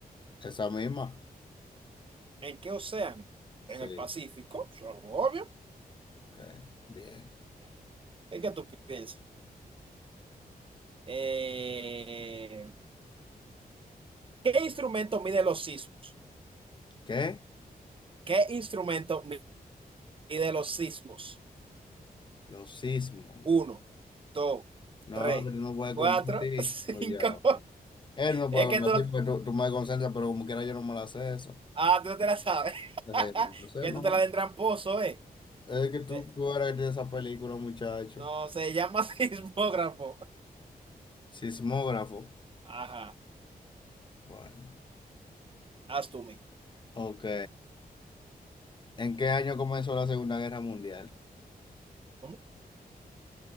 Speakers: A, on the left; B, on the right.
A: ¿Esa misma?
B: ¿En qué océano? En
A: Sí,
B: el Pacífico, eso es obvio.
A: ok, bien.
B: ¿Y ¿Qué tú piensas? Eh, ¿qué instrumento mide los sismos?
A: ¿Qué?
B: ¿Qué instrumento mide los sismos?
A: Los sismos.
B: Uno, dos,
A: No,
B: tres,
A: pero no puede
B: cuatro,
A: conocer, sí.
B: <laughs> cinco.
A: Oye, él no
B: Es
A: puede conocer,
B: que tú,
A: porque tú, tú me concentras, pero como quiera yo no me la sé eso.
B: ah, tú no te la sabes.
A: Entonces,
B: <laughs> Que
A: no.
B: tú te la den tramposo, ¿eh?
A: Es que tú,
B: Se-
A: tú eres que tienes esa película, muchacho.
B: no, se llama <laughs> sismógrafo.
A: Sismógrafo.
B: Ajá,
A: Bueno,
B: haz tú, mi.
A: ok. ¿En qué año comenzó la Segunda Guerra Mundial?
B: ¿Cómo?